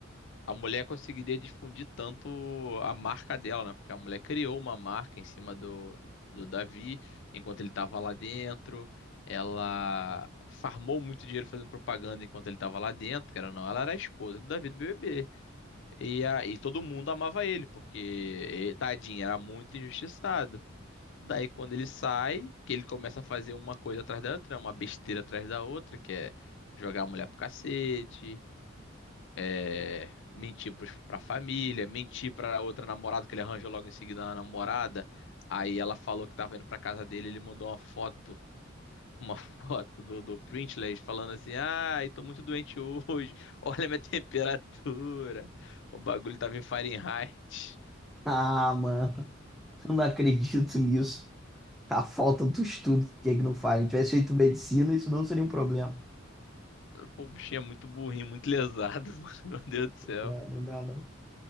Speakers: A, on the left; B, in the centre.
A: A mulher conseguiria difundir tanto a marca dela, né? Porque a mulher criou uma marca em cima do, do Davi, enquanto ele estava lá dentro. Ela farmou muito dinheiro fazendo propaganda enquanto ele estava lá dentro, que era não, ela era a esposa do Davi do BBB. E, a, e todo mundo amava ele, porque eh, tadinho, era muito injustiçado. Daí quando ele sai, que ele começa a fazer uma coisa atrás da outra, né, uma besteira atrás da outra, que é jogar a mulher pro cacete, é, mentir pros- pra família, mentir pra outra namorada, que ele arranjou logo em seguida uma namorada. Aí ela falou que tava indo pra casa dele, ele mandou uma foto, uma <laughs> foto do, do Printless falando assim, ai, tô muito doente hoje, <laughs> olha a minha temperatura, o bagulho tava em Fahrenheit.
B: Ah, mano, <laughs> eu não acredito nisso. A falta do estudo, o que é que não faz? Se tivesse feito medicina, isso não seria um problema.
A: Pô, o bichinho é muito burrinho, muito lesado, <laughs> mano, meu Deus do céu.
B: É, não dá, não.